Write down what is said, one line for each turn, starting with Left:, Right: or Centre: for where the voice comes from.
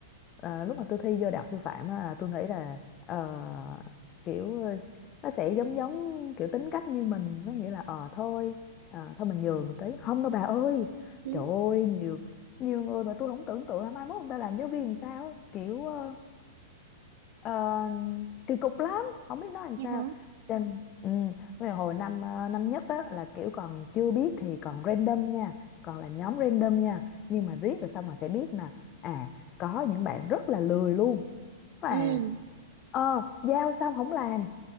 Left: ờ, lúc mà tôi thi vô đại học sư phạm á, tôi nghĩ là ờ, kiểu ờ, nó sẽ giống giống kiểu tính cách như mình nó nghĩa là ờ thôi ờ, thôi mình nhường tí không đâu bà ơi
Right: ừ,
Left: trời ơi nhiều nhiều người mà tôi không tưởng tượng là mai mốt người ta làm giáo viên làm sao kiểu ờ, Ờ, kỳ cục lắm không biết nói làm
Right: như
Left: sao
Right: hả
Left: Trên, ừ, về hồi năm ờ, năm nhất á, là kiểu còn chưa biết thì còn random nha còn là nhóm random nha nhưng mà riết rồi xong là sẽ biết nè à có những bạn rất là lười luôn là
Right: ừ
Left: ờ giao xong không làm